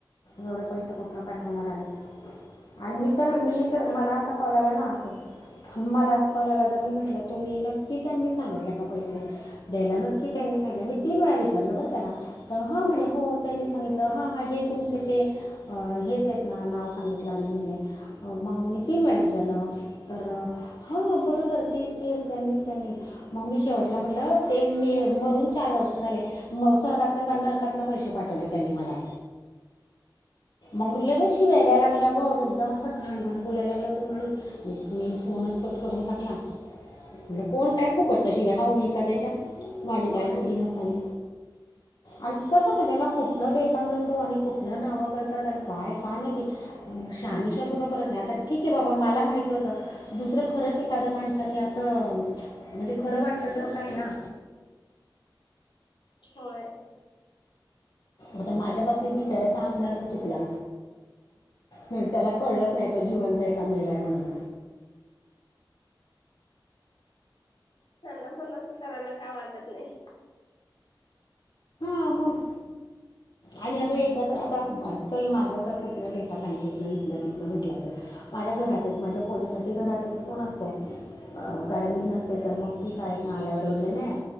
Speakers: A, on the left (about 60°); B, on the left (about 75°).
A: एवढे पैसे कुठन पाठवणार आणि आणि
B: होय
A: मी तर
B: कटच
A: मी
B: केला
A: तर मला
B: मी फोन
A: असा कॉलला नाक मला असं कॉल आला तर मी म्हटलं तु मी नक्की त्यांनी सांगितल्या का? प द्या न त्यांनी सां मी तीन वे विचारलं ब त्या ह म्हणे
B: हा
A: त्यांनी सांगितलं हा हा हे तुमचे ते हेच आहेत ना नाव सांगितलं आणि म्हणे मग मी तीन वेळा विचारलं तर हा बरोबर तेच तेच त्यांनीच त्यांनीच मग् ममी शेवटला म्हटलं ते म मरून चार वर्ष झाले. म स्वर्गातन नरकातन पैसे पाठवले त्यांनी मला मंगरलाद शिवाय द्याय लागल्या ग एकदम असा घाणघाण बोलायला लागला तो माणूस म तु मी फोनच कट करून टाकला म्हटलं कोण काय फुकटच्या शिवाय हो म एखाद्याच्या माझी
B: होय
A: काय चुकी नसताना आणि कसं होतं त्यांना कुठनं डेटा मिळतो आणि कुठनं नावं करतात आणि काय काय माहितीते शाहनिशा सुद्धा करत नाही आता ठीक आहे बाबा मला माहित होतं. दुसरं खरंच एखाद्या माणसानी असं म्हणजे खरं वाटलं
B: होय
A: तर काय ना
B: होय
A: आता माझ्या बाबतीत बिचार्याचा अंदाजच चुकला त्याला कळलंच नाही तो जिवंत हाय काय मेलाय म्हणून
B: त्यांना पण असं करायला काय वाटत नाही
A: हा मग आणि अगं एकदा तर आता चल माझा तर कुठनं डेटा बँकेतनं इथनं तिथनं भेटला असेल. माझ्या घरात एक माझ्या पोरीसाठी घरात एक फोन असतो. अ कारण मी नसते तर मग ती शाळेत ना आल्यावर वगैरे नाही